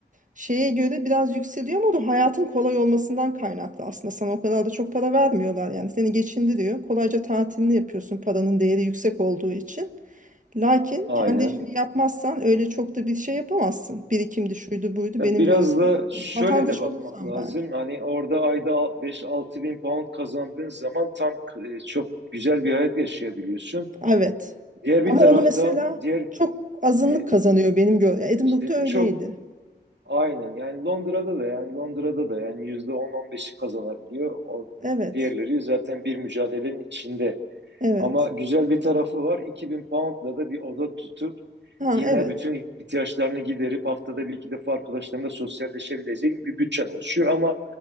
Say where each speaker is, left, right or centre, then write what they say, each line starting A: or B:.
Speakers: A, on the right (about 45°); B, on the right (about 80°).
A: şeye göre biraz yükseliyor ama o da hayatın kolay olmasından kaynaklı aslında. Sana o kadar da çok para vermiyorlar yani. Seni geçindiriyor. Kolayca tatilini yapıyorsun paranın değeri yüksek olduğu için. Lakin
B: aynen.
A: kendi işini yapmazsan öyle çok da bir şey yapamazsın. Birikimdi şuydu buydu
B: Ya
A: benim
B: biraz
A: gördüğüm.
B: da şöyle
A: Vatandaş
B: de bakmak
A: olursan
B: lazım.
A: belki.
B: Hani orada ayda 5-6 bin pound kazandığın zaman tam e, çok güzel bir hayat yaşayabiliyorsun.
A: Evet.
B: Diğer
A: Ama
B: bir taraftan
A: onu mesela
B: diğer
A: çok azınlık
B: e,
A: kazanıyor benim gördüğüm. Edinburgh'da
B: işte
A: öyleydi.
B: çok aynen yani Londra'da da yani Londra'da da yani %10-15'i kazanabiliyor. O
A: Evet.
B: diğerleri zaten bir mücadelenin içinde.
A: Evet.
B: Ama güzel bir tarafı var. 2000 poundla da bir oda tutup
A: Ha
B: yine
A: evet.
B: bütün ihtiyaçlarını giderip haftada bir iki defa arkadaşlarınla sosyalleşebileceğin bir bütçen oluşuyor. Ama